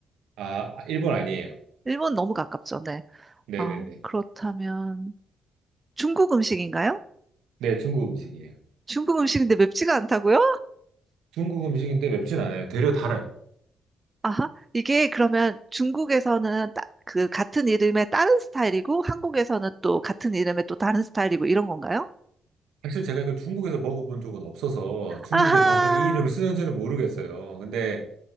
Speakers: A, on the right; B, on the right.
A: 아, 일본 아니에요.
B: 일본 너무 가깝죠, 네.
A: 네네네.
B: 아 그렇다면 중국 음식인가요?
A: 네. 중국 음식이에요.
B: 중국 음식인데 맵지가 않다고요?
A: 중국 음식인데 맵진 않아요. 되려 달아요.
B: 아하, 이게 그러면 중국에서는 따, 그 같은 이름의 다른 스타일이고 한국에서는 또 같은 이름의 또 다른 스타일이고 이런 건가요?
A: 사실 제가 이걸 중국에서 먹어본 적은 없어서 중국에
B: 아하,
A: 정확하게 이 이름을 쓰는지는 모르겠어요. 근데